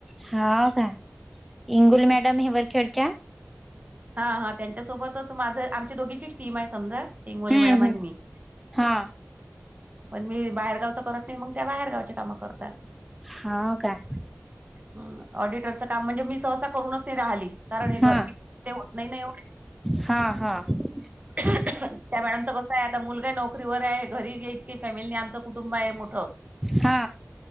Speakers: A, in the centre; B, on the right.
A: हा काय? इंगुल
B: हम्म
A: मॅडम हिवरखेडच्या.
B: हा हा त्यांच्यासोबतच माझं आमची दोघीचीच टीम आहे समजा. इंगोले
A: हम्म
B: मॅडम आणि
A: हम्म
B: मी.
A: हा
B: पण मी बाहेरगावचं करत नाही, मग त्या बाहेरगावचे कामं करतात.
A: हा काय.
B: हम्म. ऑडिटरचं काम म्हणजे मी सहसा करूनच नाही राहिली, कारण हे घरचे
A: हा
B: ते होत नाही ना एवढं.
A: हा <inaudible>
B: त्या मॅडमचं कसं आहे आता मुलगा नोकरीवर आहे, घरी इतकी फॅमिलीने आमच कुटुंब आहे मो
A: हा.